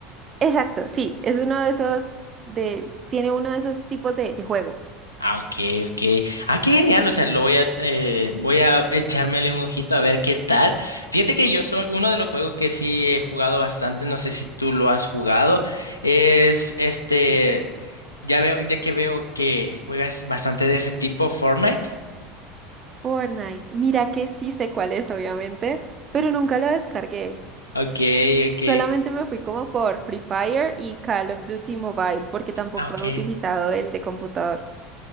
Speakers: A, on the right; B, on the left.
A: exacto, sí, es uno de esos de tiene uno de esos tipos de, de juego.
B: Ah, ok, ok. Ah, qué genial. O sea, lo voy a, eh, voy a echármele un ojito a ver qué tal. Fíjate que yo soy uno de los juegos que sí he jugado bastante. No sé si tú lo has jugado. Es este, ya veo, ya que veo que juegas bastante de ese tipo, Fortnite.
A: Fortnite. Mira que sí sé cuál es, obviamente, pero nunca lo descargué.
B: Ok, ok.
A: Solamente me fui como por Free Fire y Call of Duty Mobile, porque tampoco
B: Ah, ok.
A: he utilizado el de computador.